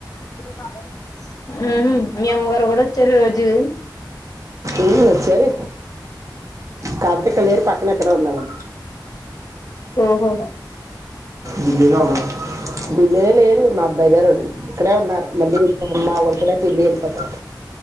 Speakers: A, on the left; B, on the right.
A: ఇప్పు కాబ ఉమ్ హ్మ్మ్ మీ అమ్మగారు కూడా వచ్చారు ఈ రోజు
B: ఉమ్ వచ్చారు కాక పోతే ఇక్కడ లేరు పక్కన ఎక్కడ ఉన్నారు
A: ఓహో
B: బిడ్డలు లేరు మా అబ్బాయి గారు ఉన్నారు ఇక్కడే ఉన్నారు మళ్ళీ వెళ్ళిపో అమ్మా ఒక కూడా ఢిల్లీ వెళ్ళిపోతారు